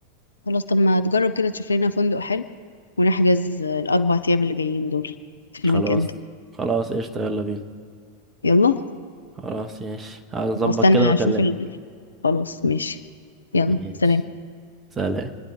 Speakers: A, on the left (about 75°); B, on the right (about 20°).
A: خلاص طب ما تجرب كده تشوف لنا فندق حلو ونحجز الأربع أيام اللي جايين دول في
B: خلاص
A: الويك إند
B: خلاص قشطة يلا بينا
A: يلا
B: خلاص ماشي هظبط
A: هستنى
B: كده واكلمك
A: أشوف ال... خلاص ماشي يلا
B: ماشي
A: سلام
B: سلام